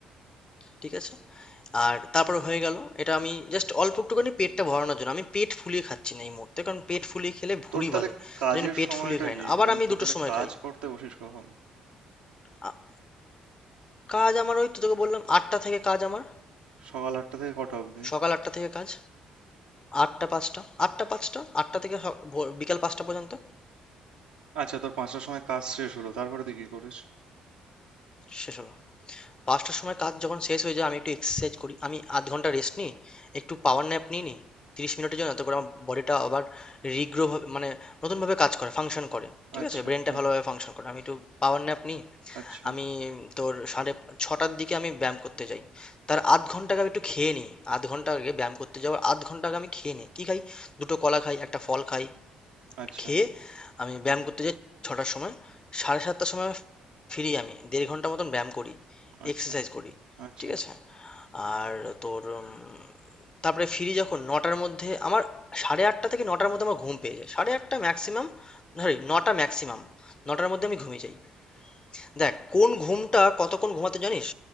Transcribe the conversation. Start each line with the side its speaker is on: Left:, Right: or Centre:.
Left: ঠিক আছে আর তারপর হয়ে গেল এটা আমি জাস্ট অল্প একটুখানি পেটটা ভরানোর জন্য আমি পেট ফুলিয়ে খাচ্ছি না এই মুহূর্তে কারণ পেট ফুলিয়ে খেলে ভুঁড়ি
Right: তোর তাহলে
Left: বাড়ে
Right: কাজের
Left: তো জন্য পেট
Right: সময়টা
Left: ফুলিয়ে খাই
Right: কি?
Left: না
Right: তুই
Left: আবার
Right: তাহলে
Left: আমি
Right: তুই
Left: দুটোর
Right: তাহলে
Left: সময়
Right: কাজ
Left: খাই
Right: করতে বসিস কখন?
Left: আ- কাজ আমার ওই তো তোকে বললাম আটটা থেকে কাজ আমার
Right: সকাল আটটা থেকে কটা অবধি?
Left: সকাল আটটা থেকে কাজ আটটা পাঁচটা আটটা পাঁচটা আটটা থেকে স- ভোর- বিকাল পাঁচটা পর্যন্ত
Right: আচ্ছা তোর পাঁচটার সময় কাজ শেষ হলো তারপরে তুই কি করিস?
Left: শেষ হলো পাঁচটার সময় কাজ যখন শেষ হয়ে যায় আমি একটু এক্সারসাইজ করি আমি আধ ঘন্টা রেস্ট নিই একটু পাওয়ার ন্যাপ নিয়ে নিই তিরিশ মিনিটের জন্য তারপরে আমার বডিটা আবার রিগ্রো মানে নতুনভাবে কাজ করে ফাংশন করে ঠিক
Right: আচ্ছা,
Left: আছে ব্রেনটা
Right: আহ,
Left: ভালোভাবে ফাংশন করে আমি একটু পাওয়ার ন্যাপ নিই
Right: আচ্ছা,
Left: আমি তোর সাড়ে ছটার দিকে আমি ব্যায়াম করতে যাই তার আধ ঘন্টা আগে আমি একটু খেয়ে নিই আধ ঘন্টা আগে ব্যায়াম করতে যাওয়ার আধ ঘন্টা আগে আমি খেয়ে নিই কি খাই দুটো কলা খাই একটা ফল খাই
Right: আচ্ছা,
Left: খেয়ে আমি ব্যায়াম করতে যাই ছটার সময় সাড়ে সাতটার সময় আমি ফিরি আমি দেড় ঘন্টা মতন ব্যায়াম করি
Right: আচ্ছা,
Left: এক্সারসাইজ করি
Right: আচ্ছা,
Left: ঠিক আছে আর তোর উম, তারপরে ফিরি যখন নটার মধ্যে আমার সাড়ে আটটা থেকে নটার মধ্যে আমার ঘুম পেয়ে যায় সাড়ে আটটা ম্যাক্সিমাম সরি নটা ম্যাক্সিমাম নটার মধ্যে আমি ঘুমিয়ে যাই দেখ কোন ঘুমটা কতক্ষণ ঘুমাতে জানিস